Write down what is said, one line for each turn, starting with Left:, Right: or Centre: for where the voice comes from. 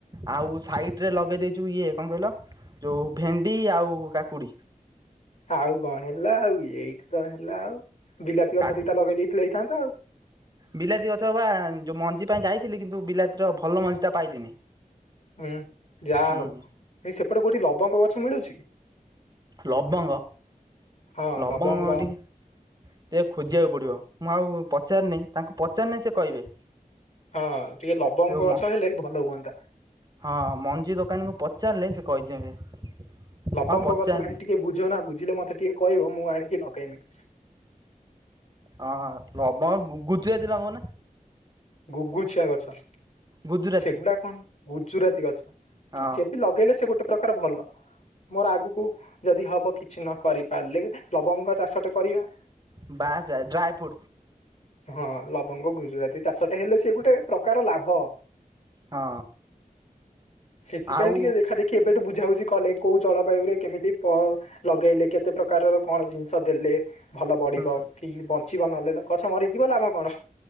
Right: ଆଉ ସାଇଟ ରେ ଲଗେଇ ଦେଇଛୁ ଇଏ କଣ କହିଲ ଯୋଉ ଭେଣ୍ଡି ଆଉ କାକୁଡି
Left: ଆଉ କଣ ହେଲା ଆଉ ଏଇଠି ତ ହେଲା ଆଉ ବିଲାତି
Right: କାକୁ
Left: ଗଛ ଦିଟା ଲଗେଇ ଦେଇଥିଲେ ହେଇଥାନ୍ତା ଆଉ
Right: ବିଲାତି ଗଛ ବା ଯୋଉ ମଞ୍ଜି ପାଇଁ ଯାଇଥିଲି କିନ୍ତୁ ବିଲାତିର ଭଲ ମଞ୍ଜି ଟା ପାଇଲିନି
Left: ହୁଁ ଯାହା
Right: ହୁଁ
Left: ହଉ ଏ ସେପଟେ କୋଉଠି ଲବଙ୍ଗ ଗଛ ମିଳୁଛି
Right: ଲବଙ୍ଗ
Left: ହଁ
Right: ଲବଙ୍ଗଠୀ
Left: ଲବଙ୍ଗ
Right: ଟିକେ ଖୋଜିବାକୁ ପଡିବ ମୁଁ ଆଉ ପଚାରିନି ତାଙ୍କୁ ପଚାରନି ସେ କହିବେ
Left: ହଁ ଟିକେ ଲବଙ୍ଗ
Right: ଯେଉଁ
Left: ଗଛ ହେଲେ ଭଲ ହୁଅନ୍ତା
Right: ହଁ ମଞ୍ଜି ଦୋକାନୀକୁ ପଚାରିଲେ ସେ କହିଦେବେ
Left: ଲବଙ୍କ
Right: ମୁଁ ଆଉ ପଚାରିନି
Left: ଗଛ ଭାଇ ଟିକେ ବୁଝ ନା ବୁଝିଲେ ମତେ ଟିକେ କହିବ ମୁଁ ଆଣିକି ଲଗେଇମି
Right: ହଁ ଲବଙ୍ଗ ଗୁଜୁରାତି ଲଗଉନା
Left: ଗୁଗୁଛିଆ ଗଛ
Right: ଗୁଜୁରାତି
Left: ସେଗୁଡା କଣ ଗୁଜୁରାତି ଗଛ
Right: ହଁ
Left: ହ ସେ ଲଗେଇଲେ ସେ ଗୋଟେ ପ୍ରକାର ଭଲ ମୋର ଆଗକୁ ଯଦି ହବ କି କିଛି ନ କରିପାରିଲେ ଲବଙ୍ଗ ଚାଷଟେ କରିବା
Right: ବାସ ବାସ ଡ୍ରାଇ ଫ୍ରୁଟ୍ସ
Left: ହଁ ଲବଙ୍ଗ ଗୁଜୁରାତି ଚାଷ ଟେ ହେଲେ ସିଏ ଗୋଟେ ପ୍ରକାର ଲାଭ
Right: ହଁ
Left: ସେଥିପାଇଁ
Right: ଆଉ
Left: କିିକେ ଦେଖା ଦେଖି ଏବେଠୁ ବୁଝାବୁଝି କଲେ କୋଉ ଜଳବାୟୁ ରେ କେମିତି ପ ଲଗେଇଲେ କେତେ ପ୍ରକାରର କଣ ଜିନିଷ ଦେଲେ ଭଲ ବଢିବ
Right: ହୁଁ
Left: କି ବଞ୍ଚିବ ନଲେ ଗଛ ମରିଯିବ ଲାଭ କଣ